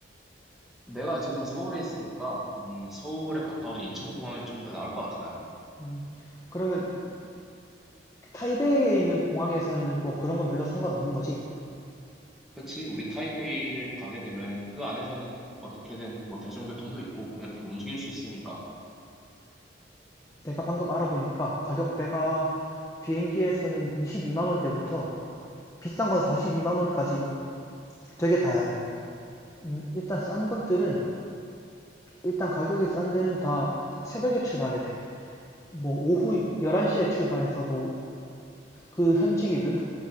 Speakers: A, in the centre; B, on the left.
A: 내가 지금 서울에 있으니까 음, 서울에 가까운 인천공항이 좀 더 나을 것 같아 나는.
B: 음, 그러면 타이베이에 있는 공항에서는 뭐 그런 건 별로 상관없는 거지?
A: 그치? 우리 타이베이를 가게 되면은 그 안에서는 어떻게든 뭐 대중교통도 있고 이렇게 움직일 수 있으니까.
B: 내가 방금 알아보니까 가격대가 비행기에서는 22만 원대부터 비싼 건 42만 원까지 되게 다양해. 음, 일단 싼 것들은 일단 가격이 싼 데는 다 새벽에 출발을 해. 뭐 오후 11시에 출발해서 뭐 그 현지 기준